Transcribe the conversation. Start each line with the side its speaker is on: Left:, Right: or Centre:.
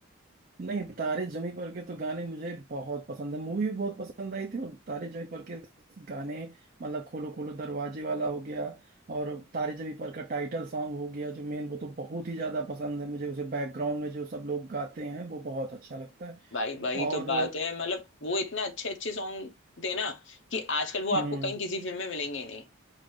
Right: नहीं तारे जमी पर के तो गाने मुझे बहुत पसंद है मूवी भी बहुत पसंद आई थी और तारे जमी पर के गाने मतलब खोलो खोलो दरवाजे वाला हो गया और तारे जमी पर का टाइटल सॉन्ग हो गया जो मेन वो तो बहुत ही ज्यादा पसंद है मुझे उसे बैकग्राउंड में जो सब लोग गाते हैं वो बहुत अच्छा लगता है
Left: भाई भाई
Right: और
Left: तो बात है मतलब वो इतने अच्छे अच्छे सॉन्ग थे ना कि आजकल वो आपको
Right: हम्म,
Left: कहीं किसी फिल्म में मिलेंगे ही नहीं